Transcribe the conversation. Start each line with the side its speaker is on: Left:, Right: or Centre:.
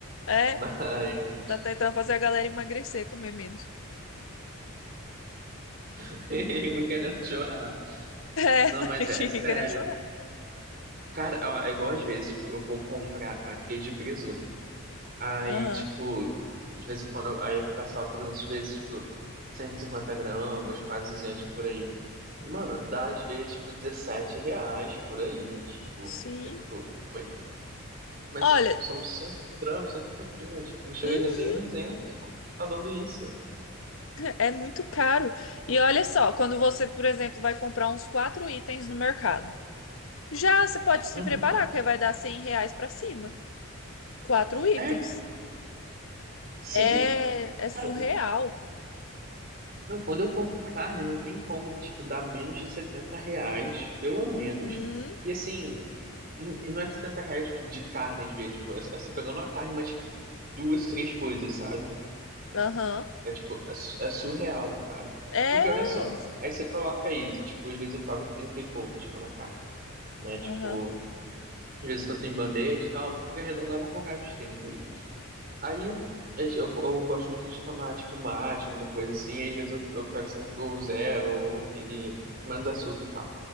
Left: é.
Right: Mas
Left: Tá tentando fazer a galera emagrecer, comer menos. <laughs>
Right: <laughs> eu não querendo chorar.
Left: É,
Right: Não,
Left: a
Right: mas
Left: gente
Right: é, é sério.
Left: ri querendo chorar.
Right: Cara, ó, é igual às vezes, tipo, eu vou comprar aqui de presunto. Aí,
Left: Aham.
Right: tipo, de vez em quando, eu- aí o pessoal pergunta, às vezes, tipo, 150 gramas, quase 200 por aí. Mano, dá às vezes, tipo, 17 reais por aí, tipo,
Left: Sim.
Right: eu fico, oi? Mas,
Left: Olha,
Right: tipo, são 100 gramas, cento e pouquinho, tipo, não chega
Left: hum,
Right: às vezes nem a 200, como tá dando isso?
Left: é muito caro. E olha só, quando você, por exemplo, vai comprar uns quatro itens no mercado, já você pode se
Right: Uhum.
Left: preparar, porque vai dar cem reais pra cima. Quatro itens.
Right: É, sim,
Left: É, é surreal.
Right: cara, não, quando eu compro carne, não tem como, tipo, dar menos de 70 reais, pelo menos,
Left: Uhum.
Right: e assim, e, e não é 70 reais, tipo, de carne às vezes, tipo, essa essa pegando a carne, mas, tipo, duas, três coisas, sabe?
Left: Aham.
Right: É tipo, é, su- é surreal, cara.
Left: É.
Right: Porque olha só, aí você coloca aí, tipo, às vezes eu pago 30 e pouco, tipo, na carne, né? Tipo,
Left: Aham.
Right: às vezes tanto em bandeja e tal, arredondavam com colocar uns 30 aí. Aí eu, eu- eu gosto muito de tomar, tipo, um mate, alguma coisa assim, aí às vezes eu, eu pego sempre o zero ou aquele menos açúcar e tal.